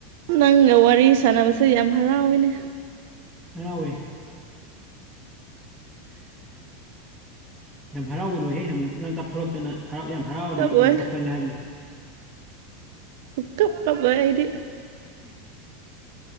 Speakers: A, on the right; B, in the centre.
A: ꯅꯪꯒ ꯋꯥꯔꯤ ꯁꯥꯟꯅꯕꯁꯦ ꯌꯥꯝ ꯍꯔꯥꯎꯋꯦꯅꯦ
B: ꯍꯔꯥꯎꯋꯦ <unintelligible> ꯌꯥꯝ ꯍꯔꯥꯎꯒꯅꯨꯍꯦ ꯑꯃꯨꯛ ꯅꯪ ꯀꯥꯞꯊꯣꯔꯛꯇꯅ ꯍꯔꯥꯎ ꯌꯥꯝ ꯍꯔꯥꯎꯔꯗꯤ
A: ꯀꯞꯑꯣꯏ
B: ꯑꯃꯨꯛ ꯀꯞꯀꯜꯂꯦ ꯍꯥꯏꯕꯅꯤ
A: ꯁꯨꯡ ꯀꯞ ꯀꯞꯂꫭꯏ ꯑꯩꯗꯤ
B: <unintelligible>